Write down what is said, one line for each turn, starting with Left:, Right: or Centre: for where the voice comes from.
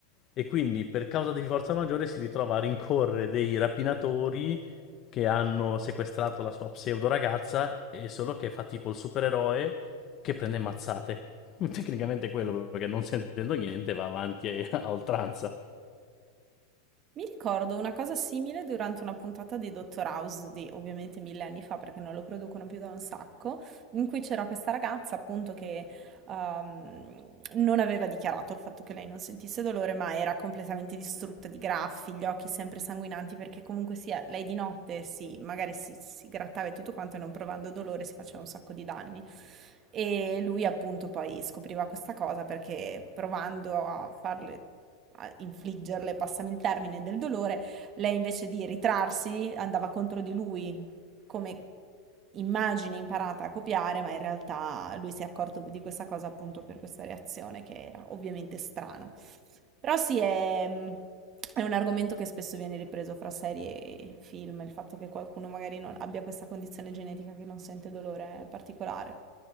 Left: E quindi per causa di forza maggiore si ritrova a rincorrere dei rapinatori che hanno sequestrato la sua pseudo ragazza e solo che fa tipo il supereroe che prende mazzate. <laughs> Tecnicamente è quello, perché non sentendo niente va avanti e- <laughs> a oltranza.
Right: Mi ricordo una cosa simile durante una puntata di Dr. House di ovviamente mille anni fa, perché non lo producono più da un sacco, in cui c'era questa ragazza appunto che ehm, non aveva dichiarato il fatto che lei non sentisse dolore, ma era completamente distrutta di graffi, gli occhi sempre sanguinanti, perché comunque sia, lei di notte si, magari si, si grattava e tutto quanto e non provando dolore si faceva un sacco di danni. E lui appunto poi scopriva questa cosa perché provando a farle a infliggerle, passami il termine, del dolore, lei invece di ritrarsi andava contro di lui come immagine imparata a copiare, ma in realtà lui si è accorto di questa cosa appunto per questa reazione che era ovviamente strana. Però sì, è, è un argomento che spesso viene ripreso fra serie e film, il fatto che qualcuno magari non abbia questa condizione genetica che non sente dolore particolare.